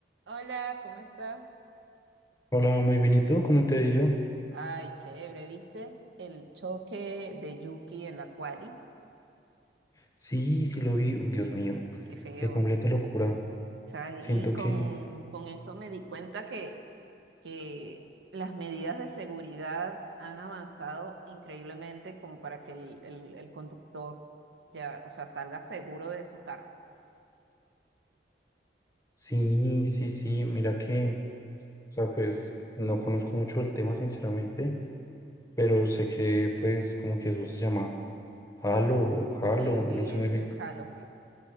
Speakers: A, on the right (about 80°); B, on the left (about 20°).
A: Hola, ¿cómo estás?
B: Hola, muy bien. ¿Y tú? ¿Cómo te ha ido?
A: Ay, chévere, ¿vistes el choque de Yuki en la quali?
B: Sí, sí lo vi. Uy, Dios mío,
A: Qué feo.
B: de completa locura.
A: ¿Sabes?
B: Siento
A: Y con,
B: que
A: con eso me di cuenta que, que las medidas de seguridad han avanzado increíblemente como para que el, el- el conductor ya, o sea, salga seguro de su carro.
B: sí, sí, sí. Mira que, o sea, pues no conozco mucho el tema, sinceramente, pero sé que, pues, como que eso se llama Halo o Halo,
A: Sí, sí,
B: no sé
A: es-
B: muy bien
A: el Halo, sí.